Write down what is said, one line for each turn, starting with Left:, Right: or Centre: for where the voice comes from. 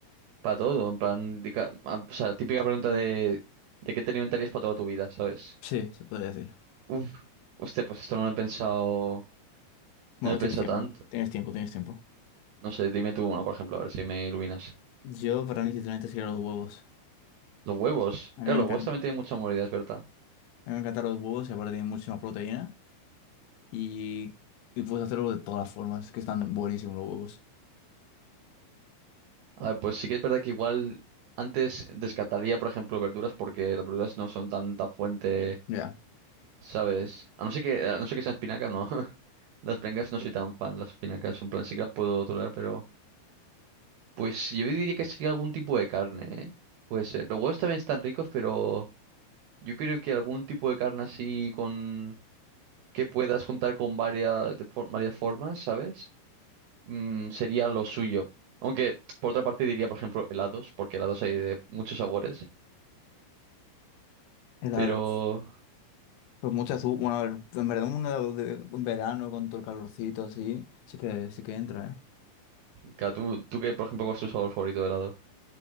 Right: Para todo, en plan, dica- ah, o sea, típica pregunta de, de qué te alimentarías para toda tu vida, ¿sabes?
Left: Sí, se puede decir.
Right: Uf, hostia, pues esto no lo he pensado,
Left: Bueno,
Right: no lo he pensado
Left: tienes tiempo,
Right: tanto.
Left: tienes tiempo, tienes tiempo.
Right: No sé, dime tú uno, por ejemplo, a ver si me iluminas.
Left: Yo, para mí, sinceramente, serían los huevos.
Right: Los huevos,
Left: A mí
Right: claro,
Left: me encantan,
Right: los huevos también tienen mucha moralidad, es verdad.
Left: a mí me encantan los huevos y aparte tienen muchísima proteína y, y puedes hacerlo de todas las formas, que están buenísimos los huevos.
Right: A ver, pues sí que es verdad que igual antes descartaría, por ejemplo, verduras porque las verduras no son tan, tan fuente,
Left: Ya.
Right: ¿sabes? A no ser que, a no ser que sean espinacas, no. <laughs> Las espinacas no soy tan fan, las espinacas en plan sí que las puedo tolerar, pero pues yo diría que sería algún tipo de carne, ¿eh? Puede ser. Los huevos también están ricos, pero yo creo que algún tipo de carne así con que puedas juntar con varias de for- varias formas, ¿sabes? Mm, sería lo suyo. Aunque por otra parte diría, por ejemplo, helados, porque helados hay de muchos sabores.
Left: Helados.
Right: Pero,
Left: Pues mucha azúcar, bueno, a ver, en verdad un helado de en verano con todo el calorcito así, sí que, sí que entra, ¿eh?
Right: claro, ¿tú, tú qué, por ejemplo, cuál es tu sabor favorito de helado?